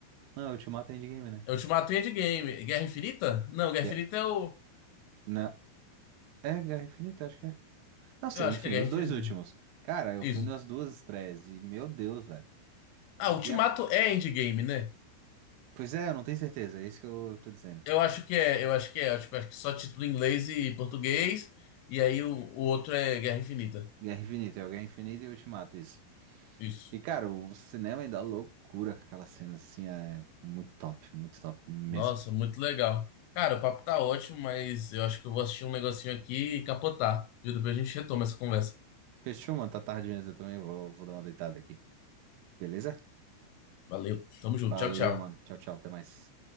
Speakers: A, on the right; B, on the left.
A: Não, é Ultimato e Endgame, né?
B: É Ultimato e Endgame. Guerra Infinita? Não, Guerra
A: Que
B: Infinita
A: é-
B: é o.
A: não, é Guerra Infinita, acho que é. Não sei,
B: Eu acho
A: enfim,
B: que é Guerra
A: os
B: Infinita.
A: dois últimos. Cara, eu
B: Isso.
A: fui nas duas estreias e, meu Deus, velho. O
B: Ah, Ultimato
A: que é.
B: é Endgame, né?
A: Pois é, eu não tenho certeza, é isso que eu tô dizendo.
B: Eu acho que é, eu acho que é. Eu, tipo, acho que só título em inglês e português. E aí o, o outro é Guerra Infinita.
A: Guerra Infinita, é o Guerra Infinita e Ultimato, isso.
B: Isso.
A: E, cara, o cinema ainda é loucura com aquelas cenas assim, é muito top, muito top mesmo.
B: Nossa, muito legal. Cara, o papo tá ótimo, mas eu acho que eu vou assistir um negocinho aqui e capotar, viu? Depois a gente retoma essa conversa.
A: Fechou, mano, tá tarde mesmo, eu também vou, vou dar uma deitada aqui. Beleza?
B: Valeu, tamo junto,
A: Valeu,
B: tchau, tchau.
A: mano. Tchau, tchau, até mais.